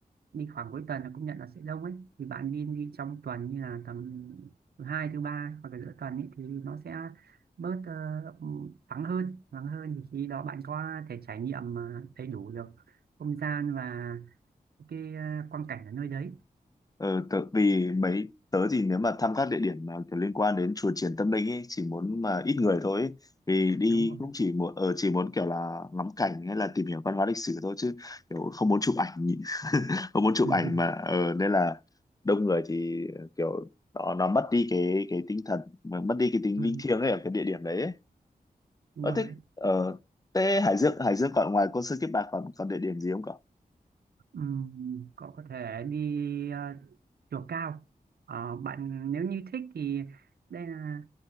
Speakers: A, on the right; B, on the left.
A: đi khoảng cuối tuần là cũng nhận là sẽ đông ấy thì bạn nên đi trong tuần như là tầm thứ hai thứ ba hoặc là giữa tuần ấy, thì nó sẽ bớt ờ, vắng hơn vắng hơn thì khi đó bạn có thể trải nghiệm ờ, đầy đủ được không gian và cái ờ, quang cảnh ở nơi đấy
B: ờ, tớ, vì mấy tớ thì nếu mà thăm các địa điểm mà kiểu liên quan đến chùa Triển Tâm Linh ấy chỉ muốn mà ít người thôi ấy. Vì đi
A: đúng rồi
B: cũng
A: <laughs>
B: chỉ muốn ở chỉ muốn kiểu là ngắm cảnh hay là tìm hiểu văn hóa lịch sử thôi chứ kiểu không muốn chụp ảnh <laughs> không muốn chụp
A: ừ,
B: ảnh
A: ừ,
B: mà ờ, nên là đông người thì kiểu nó nó mất đi cái cái tinh thần mà mất đi cái tính
A: ừ,
B: linh thiêng ấy ở cái địa điểm đấy ấy.
A: đúng
B: Ờ,
A: rồi
B: thích ở Tê Hải Dương Hải Dương còn ngoài Côn Sơn Kiếp Bạc còn còn địa điểm gì không cậu?
A: Ừm, cậu có thể đi ờ, chùa Cao. Ờ, bạn nếu như thích thì đây là